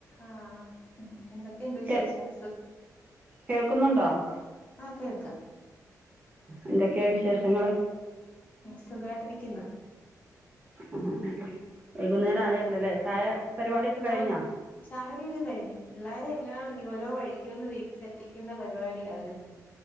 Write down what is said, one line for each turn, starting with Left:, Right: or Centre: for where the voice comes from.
Left: ആ എന്തൊക്കെയുണ്ട് വിശേഷം
Right: കേ
Left: സുഖ
Right: കേൾക്കുന്നുണ്ടോ ആ
Left: ആഹ് കേൾക്കാം
Right: എന്തൊ ക്കെയാ വിശേഷങ്ങള്?
Left: സുഖമായിട്ടിരിക്കുന്നു.
Right: ആഹ് വൈകുന്നേരം ആയല്ലോല്ലേ ചായ പരിപാടിയൊക്കെ കഴിഞ്ഞോ
Left: ആഹ് ചായ കൂടി ഒക്കെ കഴിഞ്ഞ് പിള്ളാരെ എല്ലാം ഇനി ഓരോ വഴിക്ക് ഒന്ന് വീട്ട് ട്ടിലെത്തിക്കുന്ന പരിപാടി ആരുന്നു